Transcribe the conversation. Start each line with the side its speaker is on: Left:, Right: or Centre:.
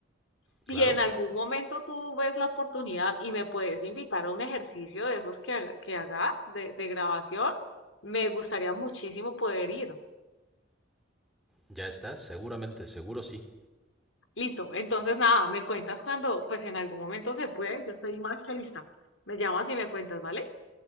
Left: Si
Centre: Claro,
Left: en algún momento tú ves la oportunidad y me puedes invitar a un ejercicio de esos que, ha- que hagas de de grabación, me gustaría muchísimo poder ir.
Centre: ya estás, seguramente, seguro sí.
Left: Listo, entonces nada, me cuentas cuando, pues en algún momento se puede, yo estoy más que lista. Me llamas y me cuentas, ¿vale?